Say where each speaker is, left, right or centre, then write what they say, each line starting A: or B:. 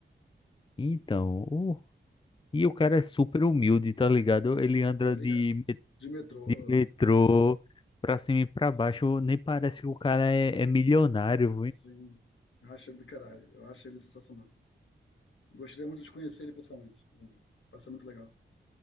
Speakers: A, on the left (about 25°); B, on the left (about 85°).
A: Então, o e o cara é super humilde, tá ligado? Ele anda
B: tô ligado.
A: de, me-
B: De metrô,
A: de metrô pra cima e pra baixo, nem parece que o cara é, é milionário,
B: Sim, eu acho ele do caralho. Eu acho ele sensacional. Gostaria muito de conhecer ele pessoalmente. Parece muito legal.